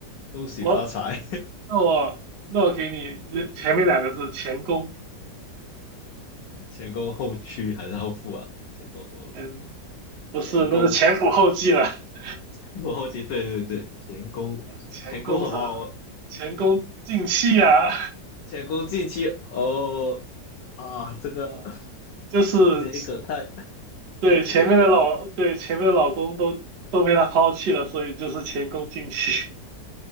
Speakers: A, on the left; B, on the right.
A: 恭喜发财，
B: 我那我那我给你前面两个字，前功，
A: 前恭后趋还是后富啊？前恭哦
B: 嗯，不是，
A: 前恭，
B: 那是前仆后继了，<laughs>
A: 我后期对对对，前恭前恭什么？
B: 前功什么呢前功尽弃啊，
A: 前恭近期哦啊，这个
B: 啊，<laughs> 就是
A: 这个谐音梗太
B: 对前面的老对前面的老公都都被他抛弃了，
A: 太绝了！
B: 所以就是前功尽弃。